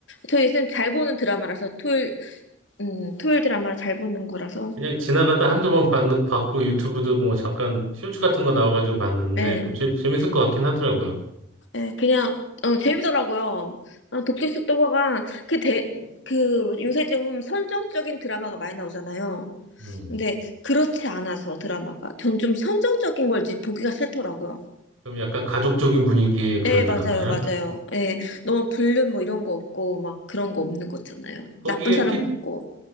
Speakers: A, on the left; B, on the right.
A: 저희 쌤 잘 보는 드라마라서 토요일 음, 토요일 드라마를 잘 보는 거라서
B: 그냥 지나가다 한두 번 봤- 봤고 유튜브도 뭐 잠깐 쇼츠 같은 거 나와가지고 봤는데
A: 예,
B: 뭐 재, 재밌을 것 같긴 하더라고요.
A: 예, 그냥 어, 재미더라고요. 어, 독특식 도가가 그 대, 그 요새 좀 선정적인 드라마가 많이 나오잖아요.
B: 음.
A: 근데 그렇지 않아서 드라마가 전 좀 선정적인 걸지 보기가 싫더라고요.
B: 그럼 약간 가족적인 분위기의 그런
A: 예,
B: 드라마야?
A: 맞아요, 맞아요. 예, 너무 불륜 뭐 이런 거 없고 막 그런 거 없는 거잖아요.
B: 거기에
A: 나쁜 사람
B: P,
A: 없고.